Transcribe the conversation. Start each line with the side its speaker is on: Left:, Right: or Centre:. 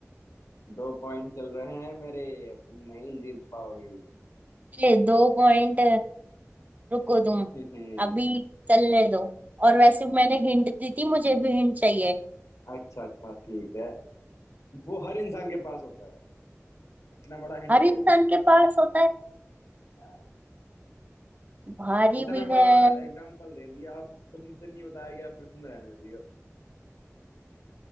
Left: दो पॉइंट चल रहे हैं मेरे तुम नहीं जीत पाओगी
Right: ये दो पॉइंट रुको तुम
Left: <laughs> हम्म,
Right: अभी चलने दो और वैसे मैंने हिंट दी थी मुझे भी हिंट चाहिए
Left: अच्छा अच्छा ठीक है वो हर इंसान के पास होता है इतना बड़ा हिंट
Right: हर
Left: दे
Right: इंसान
Left: दिया मैंने
Right: के पास होता है
Left: हाँ,
Right: भारी
Left: इतना
Right: भी
Left: बड़ा
Right: है
Left: एग्जाम्पल दे दिया अब तुमसे नहीं बताया गया फिर तुम रहने दियो